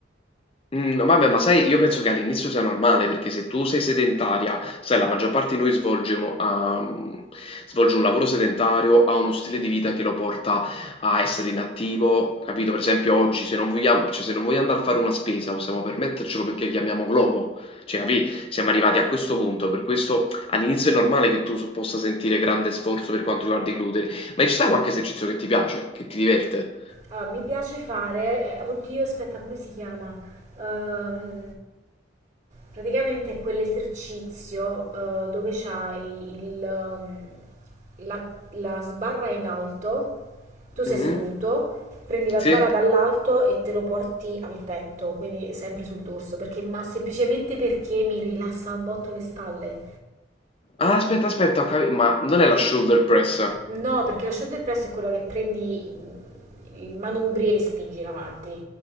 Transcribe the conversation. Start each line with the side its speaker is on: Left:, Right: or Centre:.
Left: Mhmm, vabbè, ma sai, io penso che all'inizio sia normale, perché se tu sei sedentaria, sai la maggior parte di noi svolge uno ha mhmm, svolge un lavoro sedentario, ha uno stile di vita che lo porta a essere inattivo, capito? Per esempio oggi se non vogliam cioè se non voglio andare a fare una spesa, possiamo permettercelo perché chiamiamo Glovo, cioè capì? Siamo arrivati a questo punto, per questo all'inizio è normale che tu s possa sentire grande sforzo per quanto riguarda i glutei, ma ci sta qualche esercizio che ti piace, che ti diverte?
Right: Allora, mi piace fare, eh, oddio, aspetta, come si chiama? Ehm, praticamente è quell'esercizio eh, dove c'hai il, ehm, la, la sbarra in alto, tu sei
Left: Mh-mh.
Right: seduto, prendi la
Left: Sì?
Right: sbarra dall'alto e te lo porti al petto, quindi sempre sul dorso, perché, ma semplicemente perché mi rilassa un botto le spalle.
Left: Ah, aspetta, aspetta, ho capito. Ma non è la shoulder press.
Right: No, perché la shoulder press è quella che prendi mm, i manubri e li spingi in avanti.